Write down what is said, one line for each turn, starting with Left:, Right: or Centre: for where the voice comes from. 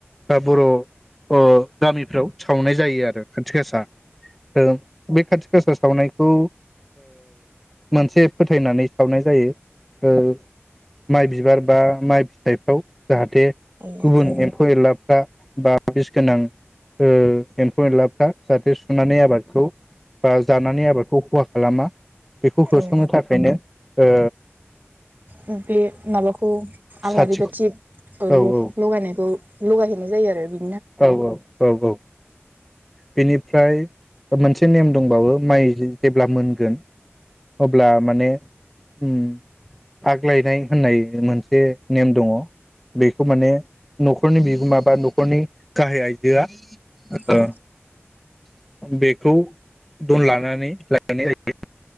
Centre: बा बर' ओ गामिफ्राव सावनाय जायो आरो ओखाथि गासा ओ बे खाथि गासा सावनायखौ ओ मोनसे फोथायनानै सावनाय जायो ओ माइ बिबार बा माइ फिथायफ्राव जाहाथे
Right: औ
Centre: गुबुन एम्फौ एनलाफ्रा बा बिस गोनां ओ एम्फौ एनलाफ्रा जाहाथे सुनानै आबादखौ बा जानानै आबादखौ खहा खालामा बेखौ होस्रांनो
Right: औ
Centre: थाखायनो ओ
Right: उ बे माबाखौ। आलारि
Centre: साथि
Right: बाथि
Centre: औ
Right: ओ
Centre: औ
Right: ल-लगायनायखौ। उ लगायहैनाय जायो आरो बि
Centre: औ औ औ औ। बेनिफ्राय मोनसे नेम दंबावो माइ जेब्ला मोनगोन अब्ला माने उम आग लायनाय होननाय मोनसे नेम दङ' बेखौ माने न'खरनि बिगोमा बा न'खरनि गाहाय आइजोआ। <unintelligible>
Right: औ
Centre: बेखौ दन लानानै लायनाय जायो।